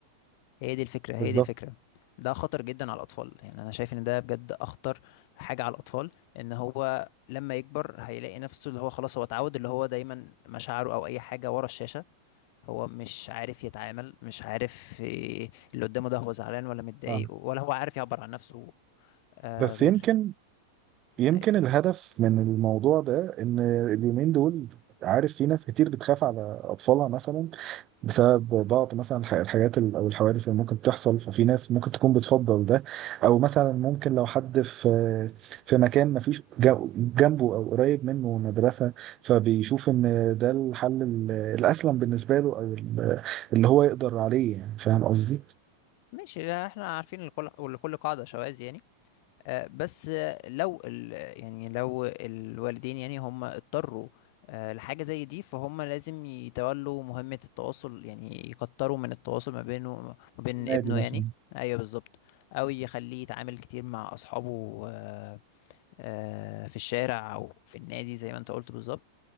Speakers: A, on the left (about 50°); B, on the right (about 30°).
A: هي دي الفكره هي
B: بالظبط
A: دي الفكره ده خطر جدا على الاطفال يعني انا شايف ان ده بجد اخطر حاجه على الاطفال ان هو لما يكبر هيلاقي نفسه اللي هو خلاص هو اتعود اللي هو دايما مشاعره او اي حاجه ورا الشاشه هو مش عارف يتعامل مش عارف إيه اللي قدامه ده هو زعلان ولا متضايق
B: آه.
A: ولا هو عارف يعبر عن نفسه آه
B: بس
A: غير
B: يمكن يمكن
A: أيوة.
B: الهدف من الموضوع ده ان اليومين دول عارف في ناس كتير بتخاف على اطفالها مثلا بسبب بعض مثلا الح- الحاجات ال- او الحوادث اللي ممكن تحصل ففي ناس ممكن تكون بتفضل ده او مثلا ممكن لو حد في في مكان ما فيش جو- جنبه او قريب منه مدرسة فبيشوف ان ده الحل ال- الاسلم بالنسبة له او ال- اللي هو يقدر عليه يعني فاهم قصدي
A: ماشي لا، احنا عارفين لكل ولكل قاعدة شواذ يعني آه بس آه، لو ال... يعني لو الوالدين يعني هم اضطروا آه لحاجة زي دي فهم لازم يتولوا مهمة التواصل يعني يكتروا من التواصل ما بينه ما بين
B: نادي
A: ابنه
B: مثلا
A: يعني ايوه بالظبط او يخليه يتعامل كتير مع اصحابه آه آه، في الشارع او في النادي زي ما انت قلت بالظبط